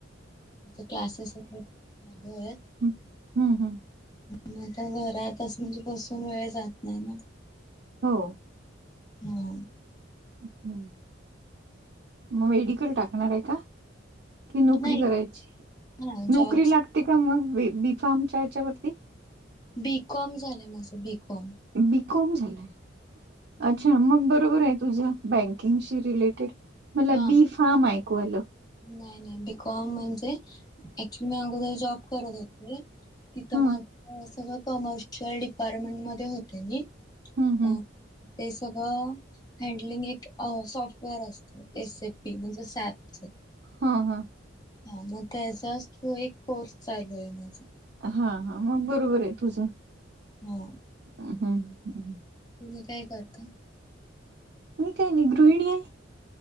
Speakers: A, on the left; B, on the right.
A: ते क्लासेस <unintelligible> होय
B: हम हम्म हम्म
A: मी आता घरातच म्हणजे बसून वेळ जात नाही ना
B: हो.
A: हो.
B: हम्म मग मेडिकल टाकणार आहे का? कि नोकरी
A: नाही
B: करायची,
A: हा जॉब्स
B: नोकरी लागते का मग बी बीफ्मच्या हच्यावरती.
A: बी. कॉम झालंय माझं बी. कॉम.
B: बी. कॉम झालंय, अच्छा! हा मग बरोबर आहे तुझ बँकिंगशी रिलेटेड,
A: हा
B: मला बी फार्म ऐकू आलं.
A: नाही नाही बी. कॉम म्हणजे, ऍक्च्युली मी अगोदर जॉब करत होते, तिथं
B: ह
A: माझं सगळ कमर्शिअल शल डिपार्टमेंट मध्ये होते मी,
B: ह ह
A: अ ते सगळं, हँडलिंग एक अ सॉफ्टवेअर असतं. एस ए पी म्हणजे सॅपच.
B: हा हा.
A: हा मग त्याचाच तो एक कोर्स चालू आहे माझा.
B: हा हा मग बरोबर आहे तुझं.
A: हम्म.
B: हम्म, हम्.
A: तुम्ही काय करता?
B: मी काही नाही गृहिणी आहे.